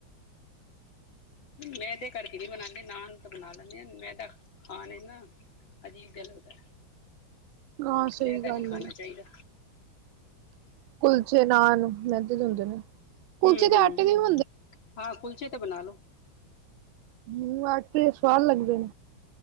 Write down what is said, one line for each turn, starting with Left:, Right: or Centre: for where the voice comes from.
Left: ਮੈਂਦੇ ਕਰਕੇ ਨਹੀਂ ਬਣਾਉਂ, ਨਾਨ ਤਾਂ ਬਣਾ ਲੈਂਦੇ ਆਂ ਮੈਂਦਾ ਖਾਣ ਵਿਚ ਨਾ ਅਜੀਬ ਜੇਹਾ ਲੱਗਦਾ।
Right: ਹਾਂ ਸਹੀ
Left: ਮੈਂਦਾ
Right: ਗੱਲ
Left: ਨਹੀਂ ਖਾਣਾ
Right: ਏ
Left: ਚਾਹੀਦਾ।
Right: ਕੁਲਚੇ ਨਾਂਲ ਮਹਿੰਦੇ ਦੇ ਹੁੰਦੇ ਨੇ ਕੁਲਚੇ
Left: ਹੂੰ
Right: ਦੇ
Left: ਹੂੰ
Right: ਆਟੇ ਦੇ ਵੀ ਹੁੰਦੇ
Left: ਹਾਂ ਕੁਲਚੇ ਤੇ ਬਣਾ ਲੋ
Right: ਹੂ ਆਟੇ ਦੇ ਸਵਾਦ ਲੱਗਦੇ ਨੇ